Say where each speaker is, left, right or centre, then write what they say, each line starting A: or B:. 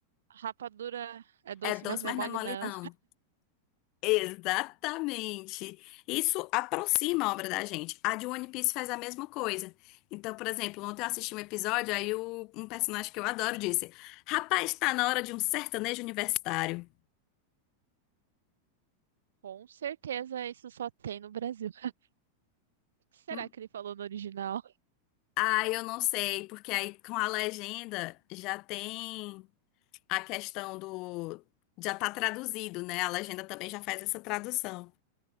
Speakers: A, on the right; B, on the left.
A: rapadura é doce,
B: É doce,
A: mas não
B: mas
A: é mole,
B: não é mole,
A: não.
B: não. Exatamente. Isso aproxima a obra da gente. A de One Piece faz a mesma coisa. Então, por exemplo, ontem eu assisti um episódio, aí o- um personagem que eu adoro disse: Rapaz, tá na hora de um sertanejo universitário.
A: Com certeza isso só tem no Brasil. <laughs> O que será
B: Hum,
A: que ele falou no original?
B: Ah, eu não sei, porque aí com a legenda já tem. a questão do. Já tá traduzido, né? A legenda também já faz essa tradução.